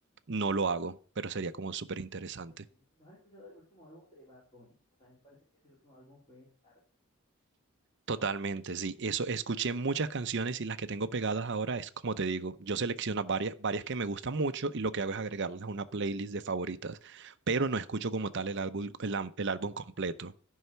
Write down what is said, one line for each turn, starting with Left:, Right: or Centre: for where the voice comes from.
Right: no lo hago, pero sería como súper interesante.
Left: no, yo sí. ¿No, no has escuchado el último álbum de Bad Bunny? O sea, me parece que ese último álbum fue arte,
Right: Totalmente, sí. Eso, escuché muchas canciones y las que tengo pegadas ahora es como te digo, yo selecciono varias, varias que me gustan mucho y lo que hago es agregarlas a una playlist de favoritas, pero no escucho como tal el álbum, el, am- el álbum
Left: el álbum
Right: completo,
Left: completo.